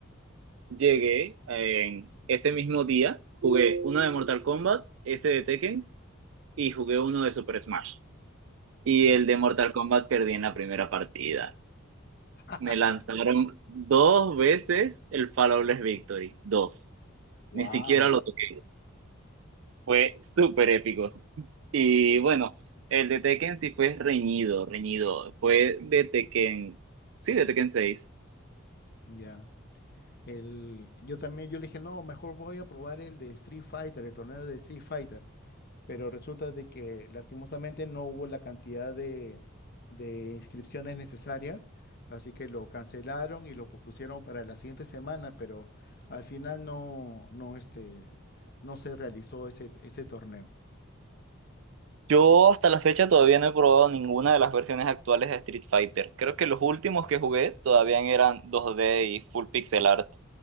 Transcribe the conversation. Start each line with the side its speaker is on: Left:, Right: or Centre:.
Right: llegué en ese mismo día, jugué uno de Mortal Kombat, ese de Tekken, y jugué uno de Super Smash. Y
Left: Ya.
Right: el de Mortal Kombat perdí en la primera partida.
Left: <laughs>
Right: Me lanzaron dos veces el Flawless Victory, dos.
Left: Wow,
Right: Ni siquiera lo toqué. Fue súper épico. Y bueno, el de Tekken sí fue reñido, reñido. Fue de Tekken, sí, de Tekken seis
Left: ya. El, yo también, yo le dije, no, mejor voy a probar el de Street Fighter, el torneo de Street Fighter. pero resulta de que lastimosamente no hubo la cantidad de, de inscripciones necesarias, así que lo cancelaron y lo pusieron para la siguiente semana, pero al final no, no, este, no se realizó ese, ese torneo.
Right: Yo hasta la fecha todavía no he probado ninguna de las versiones actuales de Street Fighter. Creo que los últimos que jugué todavía eran 2D y full pixel art.